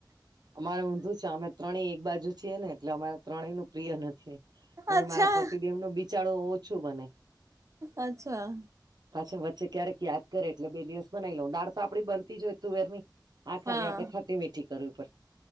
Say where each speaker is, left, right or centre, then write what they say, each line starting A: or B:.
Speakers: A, on the right; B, on the right.
A: અમારે ઊંધું છે અમે ત્રણેય એક બાજુ છીએ ને એટલે અમારે. ત્રણેય નું પ્રિય નથી એટલે
B: અચ્છા
A: મારા પતિ દે એમ ન બિચારો ઓછું બને.
B: અચ્છા.
A: પાછી વચ્ચે ક્યારેક યાદ કરે એટલે બે દિવસ બનાવી લઉ દાળ તો આપડી બનતી જ હોય તુવેર ની. આા ખાલી
B: હા
A: આપડે ખાટી મીઠી કરવી